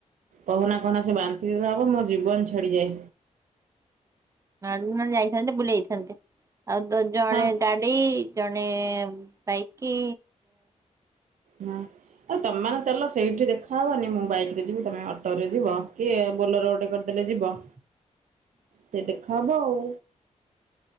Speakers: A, on the right; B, on the right.
A: କହନା କହନା ସେ ବାନ୍ତି ଯେବେ ହବ ମୋ ଜୀବନ ଛଡିଯାଏ।
B: ହାଡୁନ ଯାଇଥାନ୍ତେ ବୁଲେଇଥାନ୍ତେ। ଆଉ ତ ଜଣେ
A: ହଁ
B: ଗାଡି ସେଇ ଜଣେ ବାଇକି
A: ନାଁ ଆରେ ତମେ ଚାଲ ସେଇଠି ଦେଖାହବନି, ମୁଁ ବାଇକ ରେ ଯିବି, ତମେ ଅଟୋ ରେ ଯିବ, କି ବୋଲେର ଗୋଟେ କରିଦେଲେ ଯିବ।
B: <inaudible>
A: ସେ ଦେଖା ହବ ଆଓ।